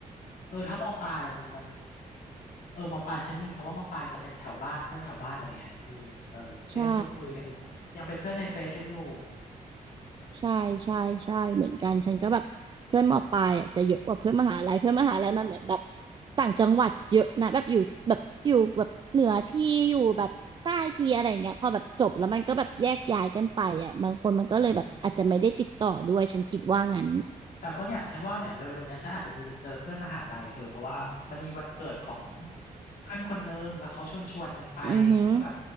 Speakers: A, on the left; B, on the right.
A: เออถ้ามอปลายมันมันเออมอปลายฉันมีเพราะว่ามอปลายจะเป็นแถวบ้านเพื่อนแถวบ้านอะไรเงี้ยมีเออก็ยังคุยคุยกันอยู่ยังเป็นเพื่อนในเฟซกันอยู่
B: ใช่ ใช่ใช่ใช่เหมือนกันฉันก็แบบเพื่อนมปลายอ่ะจะเยอะกว่าเพื่อนมหาลัยเพื่อนมหาลัยมันเหมือนแบบต่างจังหวัดเยอะนะแบบอยู่แบบอยู่แบบเหนือที่อยู่แบบใต้ที่อะไรอย่างเงี้ยพอแบบจบแล้วมันก็แบบแยกย้ายกันไปอ่ะบางคนมันก็เลยแบบอาจจะไม่ได้ติดต่อด้วยฉันคิดว่างั้น
A: ใช่แต่ก็เนี่ยฉันว่าเนี่ยเร็วๆเนี้ยฉันอาจจะมีไปเจอเพื่อนมหาลัยเธอเพราะว่ามันมีวันเกิดของเพื่อนคนนึงแล้วเขาชวนชวนกันไปอย่างเงี้ยก็แบบ
B: อือหือ